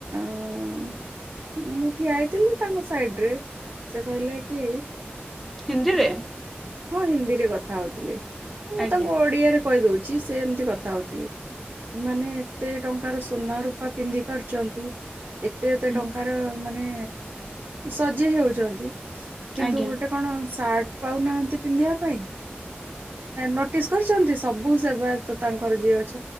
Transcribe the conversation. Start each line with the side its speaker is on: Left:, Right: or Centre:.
Right: ହଁ ମୁଁ ଠିଆ ହେଇଥିଲି ତାଙ୍କ ସାଇଡ ରେ ସେ କହିଲେ କି?
Centre: ହିନ୍ଦିରେ
Right: ହଁ ହିନ୍ଦୀରେ କଥା ହଉଥିଲି ମୁଁ
Centre: ଆଜ୍ଞା
Right: ତ ଗୋଡିଆରେ କହି ଦଉଛି ସେ ଏମତି କଥା ହଉଥିଲେ ଏମାନେ ଏତେ ଟଙ୍କାର ସୁନା ରୂପା ପିନ୍ଧି ପାରୁଛନ୍ତି ଏତେ ଏତେ
Centre: ହୁଁ
Right: ଟଙ୍କାର ମାନେ ସଜେ ହଉଛନ୍ତି କିନ୍ତୁ
Centre: ଆଜ୍ଞା
Right: ଗୋଟେ କଣ? ସାର୍ଟ ପାଉନାହାନ୍ତି ପିନ୍ଧିବା ପାଇଁ ନୋଟିସ୍ କରିଛନ୍ତି ସବୁ ସେବାୟତ ତାଙ୍କର ଯିଏଅ ଅଛି